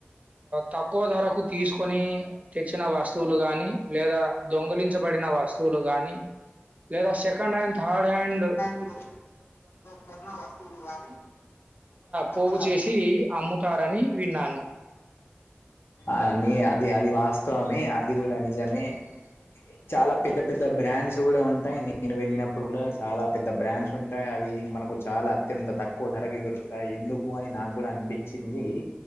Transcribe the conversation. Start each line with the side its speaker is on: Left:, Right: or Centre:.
Right: తక్కువ ధరకు తీసుకొని తెచ్చిన వస్తువులు గాని లేదా దొంగ దొంగలించబడిన వస్తువులు గానీ లేదా సెకండ్ హ్యాండ్ థర్డ్ హ్యాండ్
Left: మీరు కొన్న వస్తువులు కానీ
Right: పోగు
Left: అక్కడ
Right: చేసి అమ్ముతారని విన్నాను.
Left: అని అది అది వా స్తవమే అది కూడా నిజమే చాలా పెద్ద పెద్ద బ్రాండ్స్ కూడా ఉంటాయి నేను వెళ్లినప్పుడు కూడా చాలా పెద్ద బ్రాండ్స్ ఉంటాయి అవి ఇవి మనకు చాలా అత్యంత తక్కువ ధరకి దొరుకుతాయి ఎందుకు అని నాకు కూడా అనిపించింది